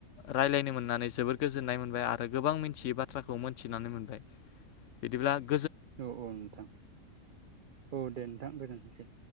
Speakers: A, on the left; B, on the right.
A: रायलायनो मोननानै जोबोर गोजोननाय मोनबाय आरो गोबां मिनथियै बाथ्राखौ मोनथिनानै मोनबाय बिदिब्ला
B: औ औ नोंथां औ दे नोंथां गोजोनथोंसै।